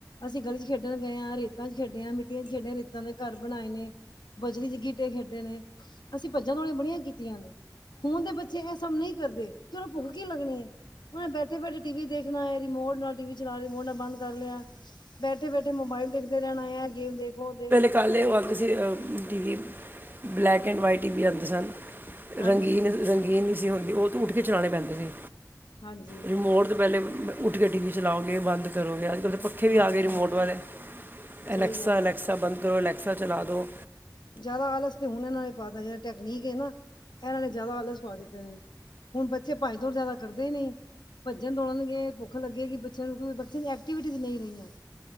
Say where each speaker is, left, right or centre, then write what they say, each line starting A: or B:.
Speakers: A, on the left (about 90°); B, on the right (about 25°).
A: ਅਸੀਂ ਗਲੀ 'ਚ ਖੇਡਣ ਗਏ ਹਾਂ, ਰੇਤਾਂ 'ਚ ਖੇਡਿਆ ਹ, ਮਿੱਟੀਆਂ 'ਚ ਖੇਡਿਆ, ਰੇਤਾਂ ਦੇ ਘਰ ਬਣਾਏ ਨੇ- ਬਜਰੀ 'ਚ ਗਿਟੇ ਖੇਡੇ ਨੇ, ਅਸੀ ਭੱਜਾਂ ਦੌੜੀਆਂ ਬੜੀਆਂ ਕੀਤੀਆਂ ਨੇ- ਹੁਣ ਦੇ ਬੱਚੇ ਇਹ ਸਭ ਨਹੀ ਕਰਦੇ, ਫੇਰ ਔਨੂੰ ਭੁੱਖ ਕੀ ਲੱਗਣੀ ਹੈ। ਉਹਨੇ ਬੈਠੇ- ਬੈਠੇ ਟੀ ਵੀ ਦੇਖਣਾ ਏ, ਰਿਮੋਟ ਨਾਲ ਟੀ ਵੀ ਚਲਾ ਰਿਮੋਟ ਨਾਲ ਬੰਦ ਕਰ ਲਿਆ। ਬੈਠੇ- ਬੈਠੇ ਮੋਬਾਇਲ ਦੇਖਦੇ ਰਹਿਣਾ ਆ, ਐ ਗੇਮ ਦੇਖ ਓ ਦੇਖ।
B: ਕਲੇ ਉਹ ਆਂਦੇ ਸੀ, T V black and white T V ਆਉਦੇ ਸਨ।
A: ਹਾਂਜੀ
B: ਰੰਗੀਨ -ਰੰਗੀਨ ਨਹੀ ਸੀ ਹੁੰਦੇ, ਉਹ ਤਾਂ ਉਠ ਕੇ ਚਲਾਉਣੇ ਪੈਂਦੇ ਸੀ।
A: ਹਾਂਜੀ
B: ਰਿਮੋਟ ਤੋਂ ਪਹਿਲੇ ਉਠ ਕੇ ਟੀ ਵੀ ਚਲਾਓਗੇ ਬੰਦ ਕਰੋਗੇ ਅਜ ਕਲ ਤ- ਪੱਖੇ ਵੀ
A: ਹਾਂਜੀ
B: ਆ ਗਏ ਰਿਮੋਟ
A: ਹਾਂਜੀ
B: ਵਾਲੇ,
A: ਸਹੀ
B: ਐਲੈਕਸਾ-
A: ਗੱਲ ਹੈ
B: ਐਲੈਕਸਾ ਬੰਦ ਕਰੋ ਐਲੈਕਸਾ ਚਲਾ ਦੋ।
A: ਜਿਆਦਾ ਆਲਸ ਤੇ ਹੁਣ ਇਹਨਾ ਨੇ ਪਾਤਾ ਜਿਹੜ ਟੈਕਨੀਕ ਹੈ ਨਾ, ਇਹਨਾ ਨੇ ਜਿਆਦਾ ਆਲਸ ਪਾ ਦਿੱਤੇ ਨੇ- ਹੁਣ ਬੱਚੇ ਭੱਜ ਦੋੜ ਜਿਆਦਾ ਕਰਦੇ ਨਹੀ- ਭੱਜਣ- ਦੌੜਨਗੇ ਭੁੱਖ ਲੱਗੇਗੀਂ ਬੱਚਿਆਂ ਨੂੰ ਬੱਚਿਆਂ ਦੀ ਐਕਟੀਵਿਟੀਸ ਨਹੀ ਰਹੀਆਂ।